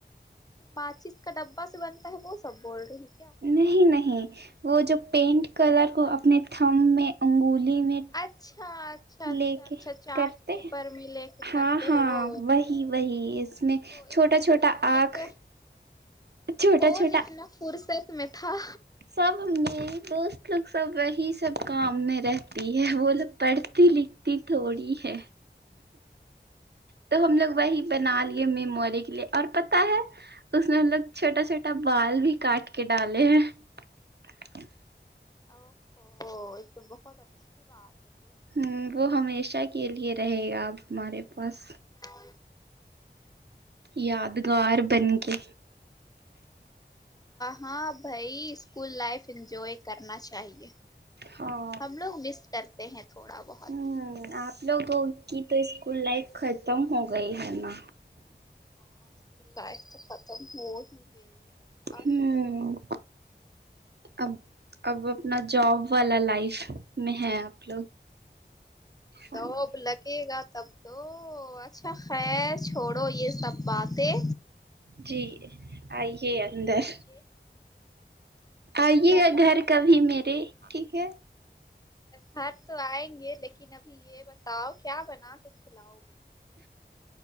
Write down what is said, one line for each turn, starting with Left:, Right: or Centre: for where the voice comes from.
Left: ماچس کا ڈبہ سے بنتا ہے وہ سب بول رہی کیا
Right: نہیں نہیں وہ جو پینٹ کلر کو اپنے تھم میں انگولی میں
Left: اچھا اچھا اچھا
Right: لے کے
Left: اچھا چارٹ
Right: کرتے
Left: پیپر
Right: ہیں
Left: میں لے کے کرتے
Right: ہاں ہاں
Left: ہیں وہ
Right: وہی وہی اس میں
Left: وہ
Right: چھوٹا
Left: اتنا
Right: چھوٹا
Left: کرانے
Right: آنکھ
Left: کا
Right: چھوٹا
Left: کون
Right: چھوٹا
Left: اتنا فرصت میں تھا
Right: سب میری دوست لوگ سب وہی سب کام میں رہتی ہے وہ لوگ پڑھتی لک تی تھوڑی ہے تو ہم لوگ وہی بنا لیے میموری کے لیے اور پتہ ہے اس میں ہم لوگ چھوٹا چھوٹا بال بھی کاٹ کے ڈالے ہیں
Left: اوفو یے تو بہت اچھی بات ہے پھر
Right: ہمم وہ ہمیشہ کے لیے رہے گا اب ہمارے پاس
Left: ہوں
Right: یادگار بن کے
Left: ہاں بھائی اسکول لائف انجوائے کرنا چاہیئے
Right: ہاں
Left: ہم لوگ مس کرتے ہیں تھوڑا بہت
Right: ہمم آپ لوگوں کی تو اسکول لائف ختم ہو گئی ہے نا
Left: ہاں اسکول لائف تو ختم ہو ہی گئی کیا
Right: ہوں
Left: کر سک
Right: اب اب اپنا جاب والا لائف میں ہے آپ لوگ ہے
Left: جاب
Right: نا
Left: لگے گا تب تو اچھا خیر چھوڑو یے سب باتیں
Right: جی آئیے اندر
Left: یے
Right: آئیے
Left: بتاؤ
Right: گا گھر کبھی میرے ٹھیک ہے
Left: گھر تو آئیں گے لیکن ابھی یے بتاؤ کیا بنا کے کھلاؤ گی